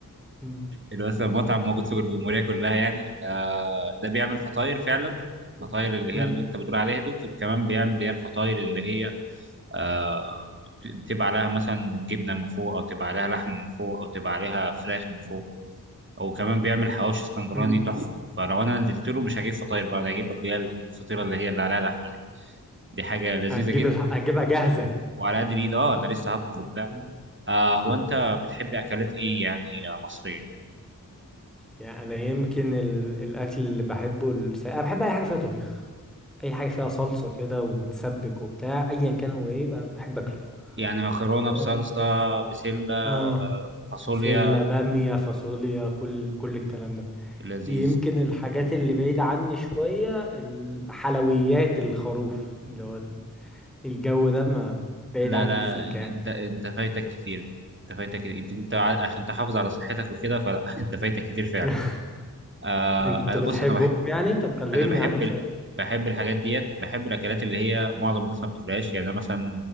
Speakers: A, in the centre; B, on the right (about 35°).
A: مم.
B: اللي هو اصلا مطعم موجود في الجمهوريه كلها يعني آه ده بيعمل فطاير فعلا الفطاير اللي
A: مم.
B: هي اللي انت بتقول عليها دي وكمان بيعمل اللي هي الفطاير اللي هي آه بتبقى عليها مثلا جبنه من فوق او تبقى عليها لحم من فوق او تبقى عليها فراخ من فوق وكمان بيعمل حواوشي اسكندراني
A: مم.
B: تحفه فلو انا نزلت له مش هجيب فطاير بقى انا هجيب اللي هي الفطيره اللي هي اللي عليها لحمه دي دي حاجه لذيذه
A: هتجيب
B: جدا
A: الح- هتجيبها جاهزة
B: وعلى قد الايد اه انا لسه هطبخ وبتاع
A: مم.
B: آه هو انت بتحب اكلات ايه يعني آه، مصريه
A: يعني انا يمكن ال... الاكل اللي بحبه الس... انا بحب اي حاجة فيها طبيخ اي حاجة فيها صلصة كده ومتسبك وبتاع ايا كان هو ايه بقى بحب اكله
B: يعني مكرونه
A: اه
B: بصلصه بسله آه،
A: آه.
B: فاصوليا
A: بسلة بامية فاصوليا كل كل الكلام ده
B: لذيذ
A: يمكن الحاجات
B: مم.
A: اللي بعيد عني شوية الحلويات الخروف اللي هو ال- الجو ده ما بعيد
B: لا
A: عني
B: لا
A: سيكا يعني
B: انت انت فايتك كتير انت فايتك كتير. يمكن انت ع- عشان تحافظ على صحتك وكده فلا <laughs> انت فايتك كتير فعلا
A: <laughs>
B: آه
A: انت
B: انا
A: بتحبهم
B: بص انا بحب
A: يعني طب كلمني
B: انا بحب
A: عنهم شوية
B: ال... بحب الحاجات ديت بحب الاكلات اللي هي معظم الناس ما بتاكلهاش يعني انا مثلا